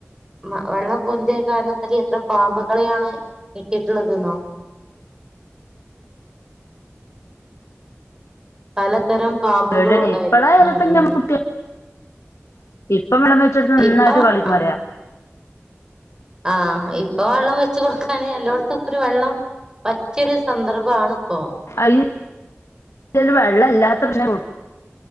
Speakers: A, on the right; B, on the left.
A: മ വെള്ളം പൊന്തിയ കാരണത്തല് എത്ര പാമ്പുകളെയാണ് കിട്ടിയിട്ടുള്ളതന്നോ പലതരം പാമ്പുകളും
B: പേടിയാണ്
A: ഉണ്ടായി
B: ഇപ്പളായാലും
A: ഉം
B: ഇപ്പൊ
A: ഉം
B: ഞമ്മ കുട്ടിയ ഇപ്പം വള്ളം വെച്ചെടുത്ത് നന്നായിട്ട്
A: ഇപ്പൊ
B: കളി
A: ആ
B: പറയാ
A: ആഹ് ഇപ്പൊ വെള്ളം വെച്ച് കൊടുക്കാന് എല്ലോടത്തും ഇപ്പരു വെള്ളം പറ്റിയൊരു സ് സന്ദർബാന്പ്പോ
B: അയ് അല് വെള്ളം ഇല്ലാത്ത പ്രശ്നപ്പോ